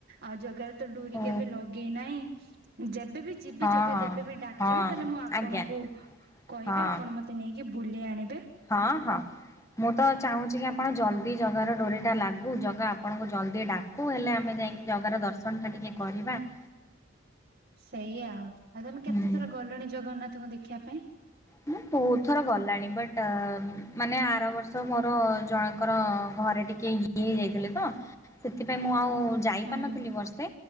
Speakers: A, on the right; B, on the left.
A: ଆଉ ଜାଗାରେ ତ ଡୁରି
B: ଓ
A: କେବେ ଲଗେଇନାହିଁ ଯେ ଏବେ ବି ଯିବି
B: ହଁ
A: ଜଗେ
B: ହଁ
A: ଯେବେବି ଡାକିବ
B: ହଁ
A: ତାହେଲେ ମୁଁ ଆପଣଙ୍କୁ
B: ଆଜ୍ଞା
A: କହିବି
B: ହଁ
A: ଆପଣ ମତେ ନେଇକି କି ବୁଲି ଆଣି
B: ହଁ ହଁ ମୁଁ ତ ଚାହୁଁଛି କି ଆପଣ ଜଲଦି ଜଗାର ଡୋରି ଟା ଲାଗୁ ଜଗା ଆପଣଙ୍କୁ ଜଲ୍ଦି ଡାକୁ ହେଲେ ଆମେ ଯାଇକି ଜଗାର ଦର୍ଶନ ଟା ଟିକେ କରିବା। <inaudible>
A: ସେଇ ଆଉ ଆଉ ତମେ
B: ହୁଁ।
A: କେତେ ଥର ଗଲଣି ଜଗନ୍ନାଥଙ୍କୁ ଦେଖିବା ପାଇଁ।
B: ହୁଁ। ବହୁତ ଥର ଗଲାଣି ବଟ୍ ମାନେ ଆର ବର୍ଷ ମୋର ଜଣଙ୍କର ଘରେ ଟିକେ ଏ ହେଇ ଯାଇଥିଲେ ତ ସେଥିପାଇଁ ମୁଁ ଆଉ ଯାଇପାରିନଥିଲି
A: ହୁଁ।
B: ବର୍ଷେ